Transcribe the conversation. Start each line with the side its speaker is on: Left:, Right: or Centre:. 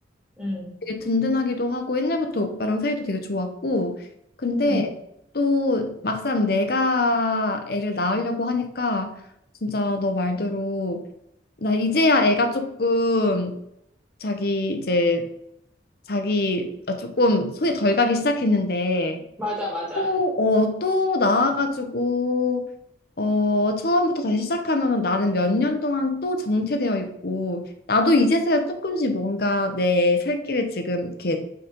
Centre: 응,
Left: 되게 든든하기도 하고, 옛날부터 오빠랑 사이도 되게 좋았고. 근데
Centre: 응,
Left: 또 막상 내가 애를 낳으려고 하니까, 진짜 너 말대로 나 이제야 애가 조금 자기 이제 자기 아, 조금 손이 덜 가기 시작했는데
Centre: 맞아, 맞아.
Left: 또,
Centre: <laughs>
Left: 어, 또 나와가지고 어, 처음부터 다시 시작하면 나는 몇 년 동안 또 정체되어 있고 나도 이제서야 조금씩 뭔가 내 살 길을 지금 이렇게